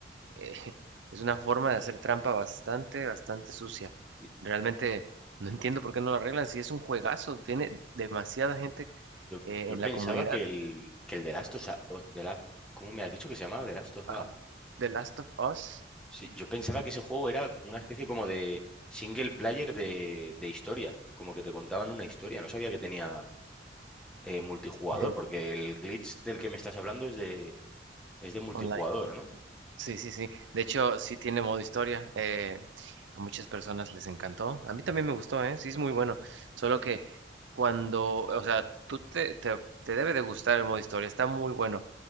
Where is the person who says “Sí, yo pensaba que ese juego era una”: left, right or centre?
Centre